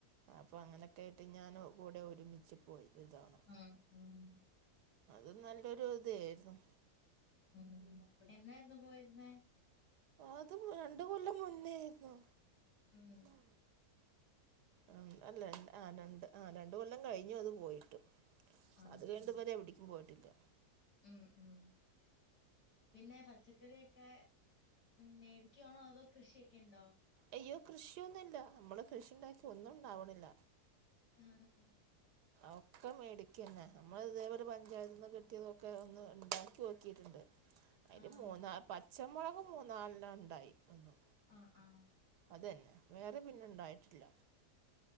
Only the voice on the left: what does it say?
ആഹ് ഉം
ഉം എന്നായിരുന്നു പോയിരുന്നേ
ഉം
ആഹ്
ആഹ്
ഉം ഉം പിന്നെ പച്ചക്കറൊക്കെ മേടിക്കുവാണോ അതോ കൃഷിയൊക്കെ ഉണ്ടോ
ആഹ് ആഹ്
ആഹ്
ആഹ് ആഹ്